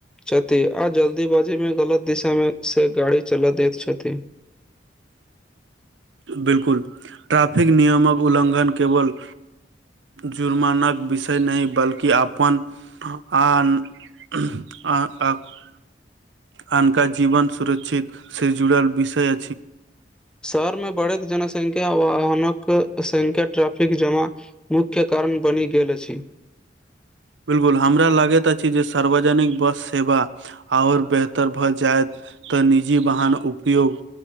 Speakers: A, in the centre; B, on the right.
A: छथि आ जल्दीबाजी मे गलत दिशा मे से गाड़ी चला दैत छथि
B: बिलकुल ट्रैफिक नियमक उल्लङ्घन केवल जुर्मानाक विषय नहि बल्कि अपन आन <unintelligible> अनका जीवन सुरक्षित से जुड़ल विषय
A: शहर मे बढ़ैत जनसंख्या वाहनक संख्या ट्रैफिक जमा मुख्य कारण बनि गेल अछि
B: बिलकुल हमरा लागैत अछि जे सार्वजनिक बस सेवा आओर बेहतर भऽ जायत तऽ निजी वाहन उपयोग